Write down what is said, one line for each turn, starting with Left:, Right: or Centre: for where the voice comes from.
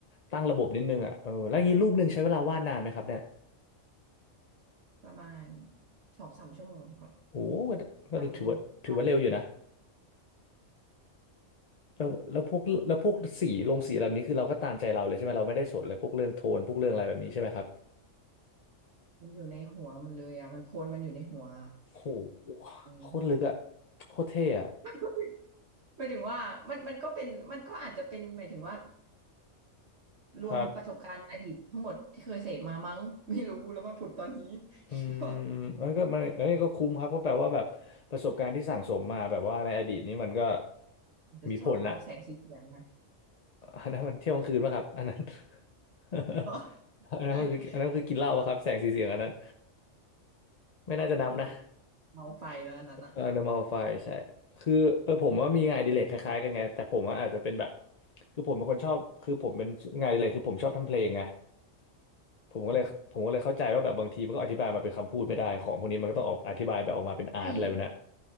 Left: ตั้งระบบนิดนึงอ่ะเออแล้วงี้รูปหนึ่งใช้เวลาวาดนานไหมครับเนี่ย
Right: ประมาณสองสามชั่วโมงค่ะ
Left: โอ้โหก็ก็ถือว่าถือว่าเร็วอยู่นะ
Right: วันหนึ่ง <laughs> ว่า
Left: แล้วแล้วพวกแล้วพวกสีลงสีแบบนี้คือเราก็ตามใจเราเลยใช่ไหมเราไม่ได้สนเลยพวกเรื่องโทนพวกเรื่องอะไรแบบนี้ใช่ไหมครับ
Right: มันอยู่ในหัวมันเลยอ่ะมันโพลมันอยู่ในหัวอะ
Left: โอ้โห
Right: อืม
Left: โคตรลึกอ่ะโคตรเท่อ่ะ
Right: <laughs> หมายถึงว่ามันมันก็เป็นมันก็อาจจะเป็นหมายถึงว่ารวมประสบการณ์อดีตทั้งหมดที่เคยเสพมามั้งไม่รู้แล้วมาผุดตอนนี้
Left: ครับ
Right: <laughs>
Left: อืม
Right: ก็
Left: เอ้ยก็มันเอ้ยก็คุ้มครับก็แปลว่าแบบประสบการณ์ที่สั่งสมมาแบบว่าในอดีตนี้มันก็
Right: จะชอบมองแสงสีเสียงนะ
Left: มีผลอะอันนั้นมันเที่ยวกลางคืนป่ะครับอันนั้น <laughs>
Right: <laughs>
Left: อันนั้นมันคืออันนั้นคือกินเหล้าป่ะครับแสงสีเสียงอันนั้น
Right: ใช่ <laughs> อันนั้นก็
Left: ไม่น่าจะนับนะ
Right: คือเมาไฟแล้วอันนั้นอ่ะ
Left: เออ normal file ใช่คือเออผมว่ามีงานอดิเรกคล้ายๆกันไง แต่ผมว่าอาจจะเป็นแบบ คือผมเป็นคนชอบคือผมเป็นงานอดิเรกคือผมชอบทำเพลงไงผมก็เลยผมก็เลยเข้าใจว่าแบบบางทีมันก็อธิบายมาเป็นคำพูดไม่ได้ของพวกนี้มันก็ต้องออกอธิบายแบบออกมาเป็นอาร์ตอะไรแบบเนี้ย
Right: อ๋อใช่